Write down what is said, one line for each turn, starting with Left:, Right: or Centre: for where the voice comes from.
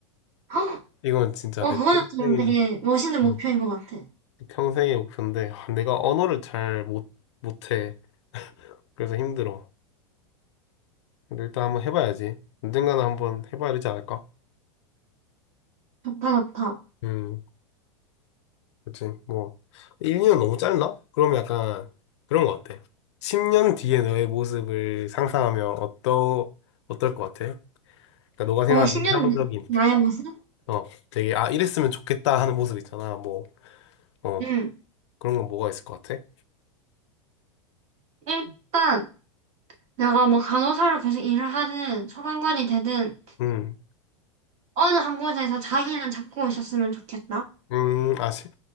Right: 헉!
Left: 이건 진짜
Right: 어,
Left: 내
Right: 그거는
Left: 평생의
Right: 좀 되게 멋있는 목표인
Left: 어,
Right: 것 같아.
Left: 평생의 목표인데 아, 내가 언어를 잘 못, 못해. 그래서 힘들어. 근데 일단 한번 해봐야지. 언젠가는 한번 해봐야 되지 않을까?
Right: 좋다, 좋다.
Left: 음. 그치. 뭐, 1년 너무 짧나? 그럼 약간 그런 거 어때? 10년 뒤에 너의 모습을 상상하면 어떠, 어떨 것 같아? 그러니까 너가 생각하는
Right: 어, 10년
Left: 이상적인,
Right: 나의 모습?
Left: 어, 되게, 아, 이랬으면 좋겠다 하는 모습 있잖아. 뭐, 어,
Right: 응.
Left: 그런 건 뭐가 있을 것 같아?
Right: 일단, 내가 뭐 간호사로 계속 일을 하든, 소방관이 되든,
Left: 음,
Right: 어느 한 곳에서 자기는 잡고 있었으면 좋겠다.
Left: 음, 아, 10,